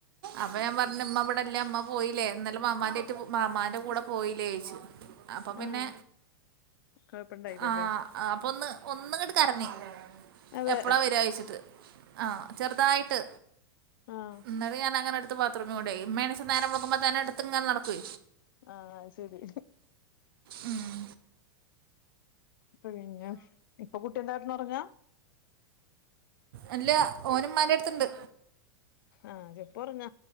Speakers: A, on the right; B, on the left.
A: അപ്പൊ ഞാൻ പർഞ്ഞ് ഇമ്മ ഇവടെല്ല ഇമ്മ പോയിലെ ഇന്നലെ മാമാന്റെ ഏറ്റ് മാമാന്റെ കൂടെ പോയിലേയ്ച്ചു അപ്പൊ പിന്നെ
B: ആഹ് കൊഴപ്പണ്ടായില്ലല്ലേ
A: ആഹ് അപ്പൊ ഒന്ന് ഒന്ന്ങ്ങട്ട് കരഞ്ഞ്
B: അതെ
A: എപ്പളാ വരാഴ്ച്ചിട്ട് ആഹ് ചെർതായിട്ട്
B: ആഹ്
A: എന്നിട്ട് ഞാനെടുത്ത് ബാത്റൂമി കൊണ്ടോയി ഇമ്മേണെ ചെന്നാ നേരം വെളുക്കുമ്പം തന്നെ എടുത്ത്ങ്ങനെ നടക്കേ
B: ആഹ് അത് ശെരി
A: ഉം
B: പിന്നെ ഇപ്പൊ കുട്ടിന്താ കെടന്നൊറങ്ങാ
A: അല്ല ഓന് മ്മാന്റട്ത്ത്ണ്ട്
B: ആഹ് ഇപ്പൊറങ്ങ